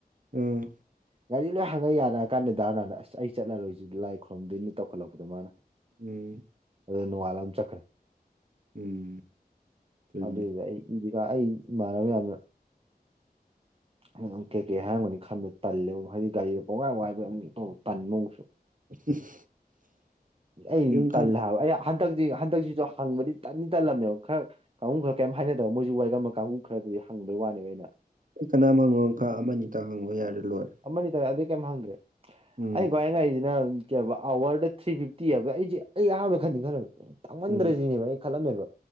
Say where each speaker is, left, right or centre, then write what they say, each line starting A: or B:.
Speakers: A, on the right; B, on the right.
A: ꯎꯝ
B: ꯒꯥꯔꯤ ꯂꯣꯏ ꯍꯪꯉꯒ ꯌꯥꯔꯛꯑ ꯀꯥꯟꯗ ꯗꯥ ꯍꯔꯥꯟ ꯑꯁ ꯑꯩ ꯆꯠꯂꯔꯣꯏꯁꯤꯗꯤ ꯂꯥꯏ ꯈꯨꯣꯏꯔꯝꯗꯣꯏꯅꯤ ꯇꯧꯈꯠꯂꯛꯄꯗ ꯃꯥꯅ
A: ꯎꯝ
B: ꯑꯗꯨꯗ ꯅꯣꯡꯉꯥꯜꯂ ꯑꯗꯨꯝ ꯆꯠꯈꯥꯔꯦ
A: ꯎꯝ ꯑꯗꯨꯅꯤ
B: ꯑꯗꯨꯏꯗ ꯑꯩ ꯏꯗꯤꯀꯥ ꯑꯩ ꯏꯃꯥꯟꯅꯕ ꯃꯌꯥꯝꯅ
A: <inaudible>
B: ꯎꯝ ꯀꯩ ꯀꯩ ꯍꯥꯏꯔꯝꯒꯅꯤ ꯈꯟꯕꯗ ꯇꯜꯂꯦꯕ ꯍꯥꯏꯗꯤ ꯒꯥꯔꯤꯗꯣ ꯄꯥꯋꯥꯏ ꯋꯥꯏꯕꯒꯤ ꯇꯟꯕ ꯃꯨꯛꯁꯨ
A: <unintelligible>
B: ꯑ
A: ꯀꯔꯤꯝ ꯈꯜ
B: ꯇꯜꯂꯦ ꯍꯥꯏꯕ ꯑꯩ ꯍꯟꯗꯛꯇꯤ ꯍꯟꯗꯛꯁꯤꯁꯨ ꯍꯪꯕꯗꯤ ꯇꯟꯗꯤ ꯇꯜꯂꯝꯕꯃꯦꯕ ꯈꯔ ꯀꯥꯡꯕꯨ ꯈꯔ ꯀꯩꯝ ꯍꯥꯏꯅꯗꯕ ꯃꯣꯏꯁꯨ ꯋꯥꯏꯒꯝꯕ ꯀꯥꯡꯕꯨ ꯈꯔꯗꯤ ꯍꯪꯕꯒꯤ ꯋꯥꯅꯦꯕ ꯑꯩꯅ
A: ꯀꯅꯥꯝ ꯍꯪꯉꯣꯅꯣ ꯈꯔ ꯑꯃ ꯑꯅꯤꯇ ꯍꯪꯉꯣ ꯌꯥꯔꯦ ꯂꯣꯏꯔꯦ
B: ꯑꯃꯅꯤ ꯑꯅꯤ ꯇꯔꯦ ꯑꯗꯨꯩ ꯀꯩꯝ ꯍꯪꯗ꯭ꯔꯦ
A: ꯎꯝ
B: ꯑꯩ ꯈꯋꯥꯏ ꯉꯥꯛꯏꯁꯤꯅ ꯀꯩ ꯍꯥꯏꯕ ꯑꯋꯥꯔꯗ ꯊ꯭ꯔꯤ ꯐꯤꯐꯇꯤꯕ ꯑꯩꯁꯦ ꯑꯩ ꯑꯍꯥꯟꯕ ꯈꯟꯗꯤ ꯈꯜꯂꯝꯃꯦ ꯇꯥꯡꯃꯟꯗ꯭ꯔꯁꯤꯅꯦꯕ
A: ꯎꯝ
B: ꯑꯩ ꯈꯜꯂꯝꯃꯦꯕ